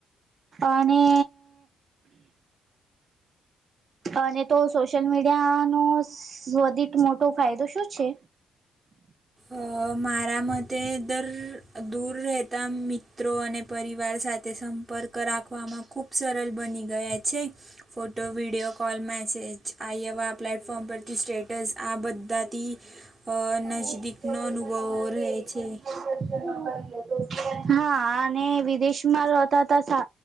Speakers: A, on the right; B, on the right.
A: અને અને તો સોશિયલ મીડિયાનો સ્વદિત મોટો ફાયદો શું છે?
B: અહ મારા મતે દર દૂર રહેતા મિત્રો અને પરિવાર સાથે સંપ પર્ક રાખવામાં ખૂબ સરલ બની ગયા છે. ફોટો, વિડીયો કોલ, મેસેજ, આઈ એવા પ્લેટફોર્મ પરથી સ્ટેટસ આ બધાથી અહ
A: અને
B: નજદીકનો
A: બીજો પૈસા
B: અનુભવ
A: કમાઈ
B: રહે
A: લે
B: છે.
A: <inaudible> હા. અને વિદેશમાં રહેતા તા સા